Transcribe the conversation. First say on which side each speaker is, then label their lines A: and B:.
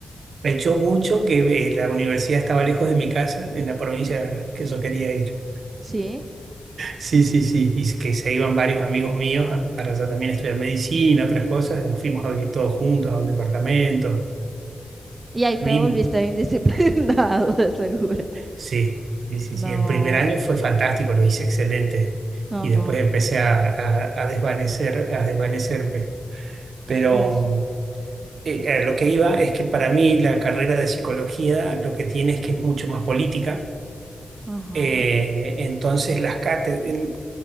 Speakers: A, on the right (about 80°); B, on the right (about 25°).
A: me echó mucho que eh, la universidad estaba lejos de mi casa, en la provincia que yo quería ir.
B: Sí.
A: Sí, sí, sí. Y que se iban varios amigos míos a- para allá también estudiar medicina, otras cosas. Nos fuimos a vivir todos juntos a un departamento.
B: Y ahí
A: A
B: te
A: mí,
B: volviste indisciplinado, <laughs> de segura.
A: sí, sí, sí,
B: No.
A: sí. El primer año fue fantástico, lo hice excelente.
B: Ajá.
A: Y después empecé a, a- a desvanecer, a desvanecerme. Pero
B: Uy.
A: eh, a lo que iba es que para mí la carrera de psicología lo que tiene es que es mucho más política
B: Ajá.
A: Eh, entonces las cáte- en-